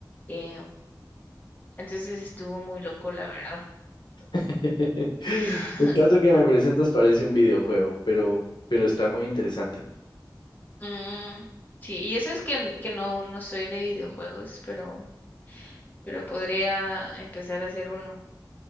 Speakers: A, on the left (about 25°); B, on the left (about 70°).
A: eh, entonces estuvo muy loco, la verdad.
B: <laughs>
A: <laughs>
B: El caso que me presentas parece un videojuego, pero, pero está muy interesante.
A: Mm, sí, y eso es que, n- que no, no soy de videojuegos, pero, pero podría empezar a hacer uno,